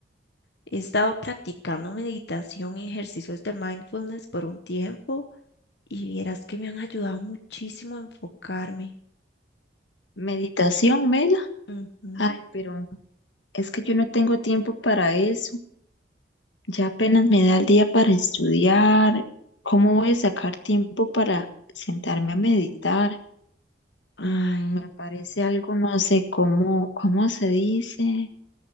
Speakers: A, on the left (about 65°); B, on the left (about 80°).
A: He estado practicando meditación y ejercicios de mindfulness por un tiempo y vieras que me han ayudado muchísimo a enfocarme.
B: Meditación, Mela.
A: Ujú.
B: Ay, pero Es que yo no tengo tiempo para eso. Ya apenas me da el día para estudiar. ¿Cómo voy a sacar tiempo para sentarme a meditar?
A: Ay,
B: Mm, me parece algo, no sé cómo, cómo se dice,